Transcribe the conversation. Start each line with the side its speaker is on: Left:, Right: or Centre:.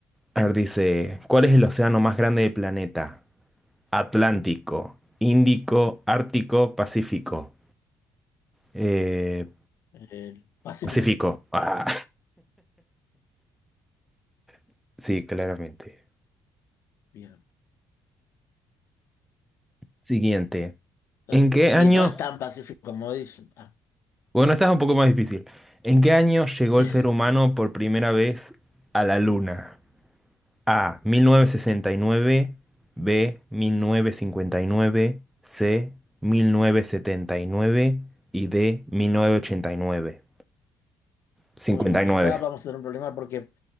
Centre: A ver, dice, ¿cuál es el océano más grande del planeta? Atlántico, Índico, Ártico, Pacífico. Eh,
Left: El Pacífico,
Centre: Pacífico. Ah, <laughs> sí, claramente.
Left: bien.
Centre: Siguiente.
Left: Es-
Centre: ¿En qué
Left: Y
Centre: año?
Left: no es tan pacífico como dicen. Ah,
Centre: Bueno, esta es un poco más difícil. ¿En qué año llegó
Left: <laughs>
Centre: el ser humano por primera vez a la Luna? A. 1969. B. 1959. C. mil novecientos setenta Y nueve. Y D. mil novecientos ochenta y nueve. Cincuenta
Left: Bueno,
Centre: y
Left: acá
Centre: nueve.
Left: vamos a tener un problema porque